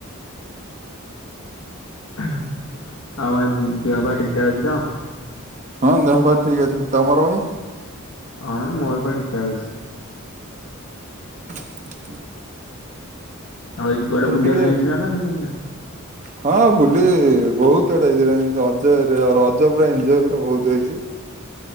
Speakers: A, on the left; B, on the right.
A: ଆଉ ଭାଇ ଦେହପା ଠିକ ଠାକ୍ ଅଛି ତ?
B: ହଁ ଦେହପା ଠିକ ଅଛି। ତମର ଭାଇ?
A: ହଁ ମୋରପା ଠିକଠାକ ଅଛି।
B: <inaudible>
A: ଆଉ ଆଜି କୁଆଡେ
B: ଏଥର
A: ବୁଲିବା
B: ଟିକେ
A: ପାଇଁ ଯାଇଥିଲା ନା ଯାଇନା
B: ହଁ ବୁଲି ବହୁତ ଆଡେ ହେଇଥିଲି ରଜରେ ରଜ ପୁରା ଏନଜୟ ପୁରା ବହୁତ ହେଇଚି।